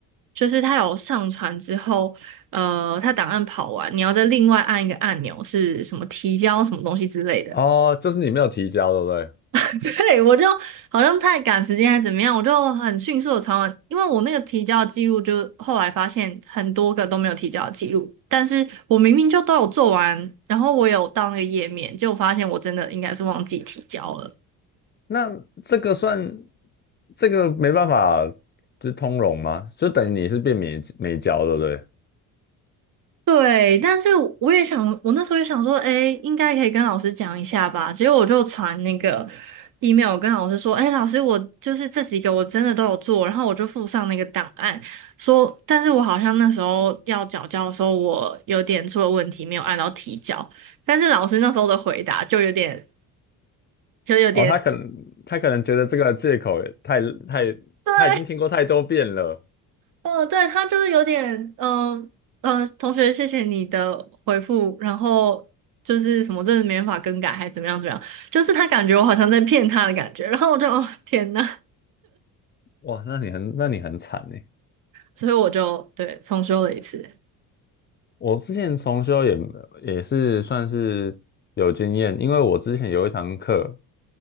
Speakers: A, on the right (about 55°); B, on the left (about 30°).
A: 就是他有上传之后，呃，他档案跑完，你要再另外按一个按钮，是什么提交什么东西之类的。
B: 哦，就是你没有提交，对不对？
A: <laughs> 对，我就好像太赶时间还是怎么样，我就很迅速的传完，因为我那个提交记录就后来发现很多个都没有提交记录，但是我明明就都有做完，然后我有到那个页面，结果发现我真的应该是忘记提交了。
B: 那这个算这个没办法，就是通融吗？就等于你是变没没交，对不对？
A: 对，但是我也想，我那时候也想说，哎，应该可以跟老师讲一下吧。结果我就传那个 email 跟老师说，哎，老师，我就是这几个我真的都有做，然后我就附上那个档案，说，但是我好像那时候要缴交的时候，我有点出了问题，没有按到提交。但是老师那时候的回答就有点，就有点，
B: 哦，他可能他可能觉得这个借口也太太他已经听过太多遍了，
A: 对，哦，对，他就是有点，嗯、呃嗯、同学，谢谢你的回复，然后就是什么，真的没办法更改，还怎么样怎么样，就是他感觉我好像在骗他的感觉，然后我就，哦，天呐，
B: 哇，那你很那你很惨呢。
A: 所以我就对重修了一次，
B: 我之前重修也也是算是有经验，因为我之前有一堂课，